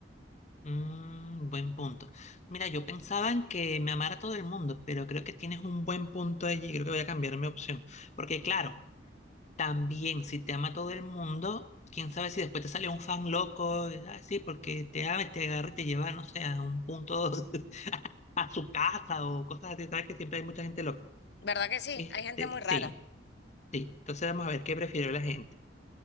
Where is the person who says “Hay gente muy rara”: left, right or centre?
Left